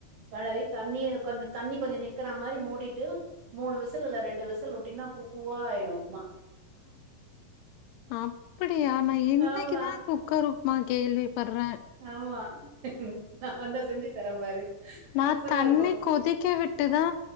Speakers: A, on the right; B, on the left.
A: களறி தண்ணிய கொஞ்ச தண்ணி கொஞ்ச நிக்கற மாரி மூடிட்டு மூணு விசில் இல்ல ரெண்டு விசில் உட்டிங்ன்னா பூ பூவா ஆயிடு உப்மா
B: அப்டியா! நா இன்னைக்குதா
A: ஆமா
B: குக்கரு மா கேள்விபட்ற!
A: ஆமா! நா வந்தா செஞ்சு தரபாரு
B: நா
A: சூப்பரா
B: தண்ணி
A: இருக்கும்!
B: கொதிக்க விட்டுதா